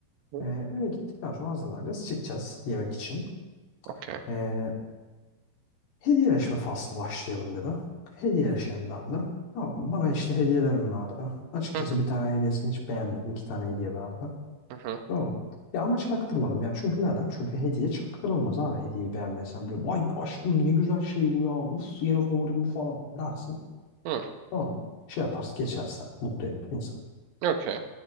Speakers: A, on the right; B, on the left.
A: Hı,
B: Eee, eve gittikten sonra hazırlanacağız. Çıkacağız yemek için.
A: Okey.
B: Eee, Hediyeleşme faslı başlayalım dedi. Hediyeleşelim ben de. Tamam mı? Bana işte hediyelerim vardı. Açıkçası
A: Hı hı
B: bir tane hediyesini hiç beğenmedim. İki tane hediye vardı.
A: hı hı.
B: Tamam mı? Ya ama çaktırmadım ya. Çünkü neden? Çünkü hediye çaktırılmaz abi. Hediyeyi beğenmezsen bile vay aşkım ne güzel şey bu ya. Of yeni favorim bu falan dersin.
A: hı,
B: Tamam mı? Şey yaparsın geçersin. Mutlu edip insan.
A: Okey.